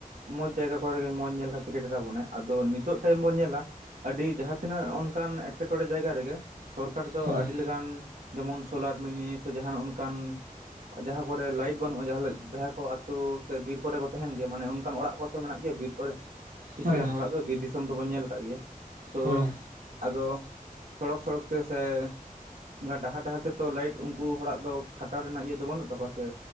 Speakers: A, on the right (about 65°); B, on the right (about 75°).
A: ᱢᱚᱸᱡᱽ ᱡᱟᱭᱜᱟ ᱠᱚᱨᱮ ᱜᱮ ᱢᱚᱸᱡᱽ ᱧᱮᱞ ᱠᱟᱛᱮᱜ ᱜᱮ ᱰᱮᱨᱟᱵᱚᱱᱟᱭ ᱟᱫᱚ ᱱᱤᱛᱚᱜ ᱴᱟᱭᱤᱢ ᱵᱚᱱ ᱧᱮᱞᱟ᱾ ᱟᱹᱰᱤ ᱡᱟᱦᱟᱸ ᱛᱱᱟᱹᱜ ᱚᱱᱠᱟᱱ ᱮᱸᱴᱠᱮᱴᱬᱮ ᱡᱟᱭᱜᱟ ᱨᱮᱜᱮ ᱥᱚᱨᱠᱟᱨ ᱫᱚ
B: ᱦᱮᱸ
A: ᱟᱹᱰᱤ ᱞᱮᱠᱟᱱ ᱡᱮᱢᱚᱱ ᱥᱳᱞᱟᱨ ᱢᱤᱱᱤ ᱥᱮ ᱡᱟᱦᱟᱱ ᱚᱱᱠᱟᱱ ᱡᱟᱦᱟᱸ ᱠᱚᱨᱮ ᱞᱟᱭᱤᱴ ᱵᱟᱹᱱᱩᱜᱼᱟ ᱡᱟᱦᱟᱸ ᱟᱛ ᱥᱮ ᱵᱤᱨ ᱠᱚᱨᱮ ᱠᱚ ᱛᱟᱦᱮᱱ ᱜᱮᱭᱟ ᱢᱟᱱᱮ ᱚᱱᱠᱟᱱ ᱚᱲᱟᱜ ᱠᱚ ᱛᱚ ᱢᱮᱱᱟᱜ ᱜᱮᱭᱟ ᱵᱤᱨ ᱠᱚᱨᱮ ᱠᱤᱪᱷ
B: ᱦᱮᱸ
A: ᱜᱟᱱ ᱦᱚᱲᱟᱜ ᱫᱚ ᱵᱤᱨ ᱫᱤ ᱫᱤᱥᱚᱢ ᱫᱚᱵᱚᱱ ᱧᱮᱞ ᱟᱠᱟᱫ ᱜᱮᱭᱟ ᱛᱚ
B: ᱦᱮᱸ
A: ᱟᱫᱚ ᱥᱚᱲᱚᱠ ᱥᱚᱲᱚᱠ ᱛᱮ ᱥᱮ ᱚᱱᱠᱟ ᱰᱟᱦᱟᱨ ᱰᱟᱦᱟᱨ ᱛᱮᱛᱚ ᱞᱟᱭᱤᱴ ᱩᱱᱠᱩ ᱦᱚᱲᱟᱜ ᱫᱚ ᱠᱷᱟᱴᱟᱣ ᱨᱮᱱᱟᱜ ᱤᱭᱟᱹ ᱫᱚ ᱵᱟᱹᱱᱩᱜ ᱛᱟᱠᱚᱣᱟ ᱥᱮ᱾